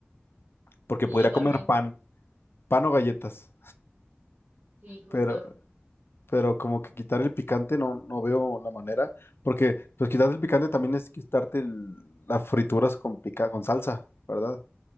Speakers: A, on the left (about 70°); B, on the right (about 50°).
A: porque
B: sí,
A: podría
B: yo también.
A: comer pan, pan o galletas,
B: Sí, justo.
A: pero, pero como que quitar el picante no, no veo la manera, porque pues quitar el picante también es quitarte el- las frituras con pica, con salsa, ¿verdad?